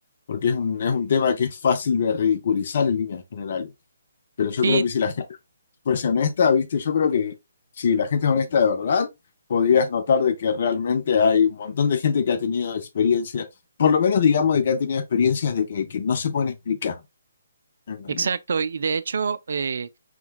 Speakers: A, on the left; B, on the right.
A: porque es un, es un tema que es fácil de ridiculizar en líneas generales. Pero yo
B: Sí,
A: creo que si la gente fuese honesta, viste, yo creo que si la gente es honesta de verdad, podrías notar de que realmente hay un montón de gente que ha tenido experiencias, por lo menos digamos de que han tenido experiencias de que, que no se pueden explicar. ¿entendés?
B: exacto, y de hecho, eh,